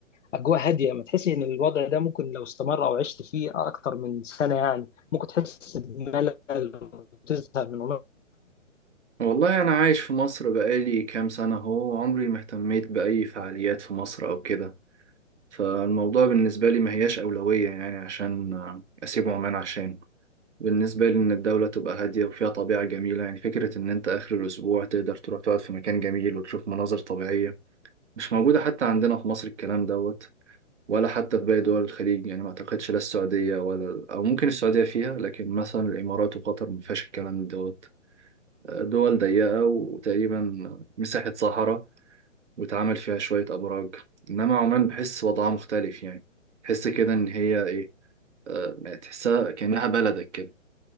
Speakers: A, on the left (about 65°); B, on the right (about 60°).
A: أجواء هادية ما تحسي إن الوضع ده ممكن لو استمر أو عشت فيه أكتر من سنة يعني ممكن تحس بملل وتزهق من عمان
B: والله أنا عايش في مصر بقالي كام سنة أهو عمري ما اهتميت بأي فعاليات في مصر أو كده فالموضوع بالنسبة لي ما هياش أولوية يعني عشان آه، أسيب عمان عشان بالنسبة لي إن الدولة تبقى هادية وفيها طبيعة جميلة يعني فكرة إن أنت آخر الأسبوع تقدر تروح تقعد في مكان جميل وتشوف مناظر طبيعية مش موجودة حتى عندنا في مصر الكلام دوت ولا حتى في باقي دول الخليج يعني ما اعتقدش لا السعودية ولا او ممكن السعودية فيها لكن مثلا الامارات وقطر ما فيهاش الكلام دوت دول ضيقة وتقريبا مساحة صحراء واتعمل فيها شوية ابراج انما عمان بحس وضعها مختلف يعني تحس كده ان هي ايه آه، يعني تحسها كأنها بلدك كده